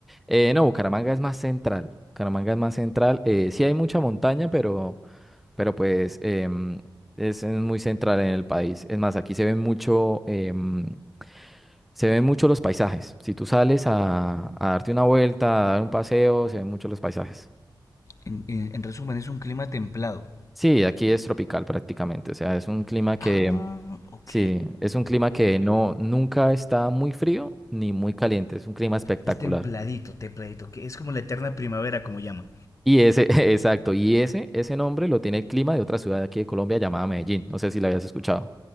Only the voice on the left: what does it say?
En, en- en resumen, es un clima templado.
Ah, ok.
Es templadito, templadito, que es como la eterna primavera, como llaman.